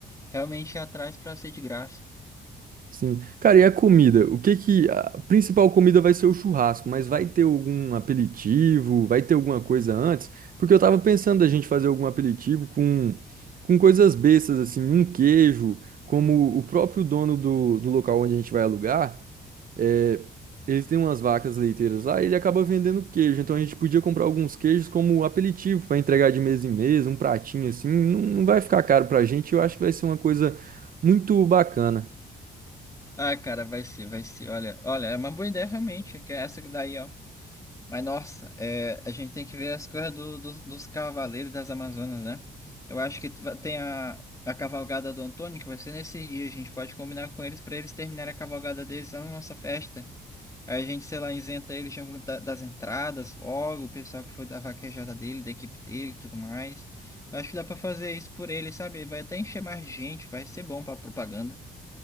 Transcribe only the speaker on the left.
realmente ir atrás para ser de graça.
Ah, cara, vai ser, vai ser. Olha, olha, é uma boa ideia realmente, que é essa daí, ó. Mas nossa, é, a gente tem que ver as coisas do- do- dos cavaleiros das Amazonas, né? Eu acho que tu vai- tem a, a cavalgada do Antônio, que vai ser nesse dia. A gente pode combinar com eles para eles terminarem a cavalgada deles lá na nossa festa. Aí a gente, sei lá, isenta eles de algum- da- das entradas logo, o pessoal que foi da vaquejada dele, da equipe dele e tudo mais. Eu acho que dá para fazer isso por eles, sabe? Vai até encher mais gente, vai ser bom para propaganda.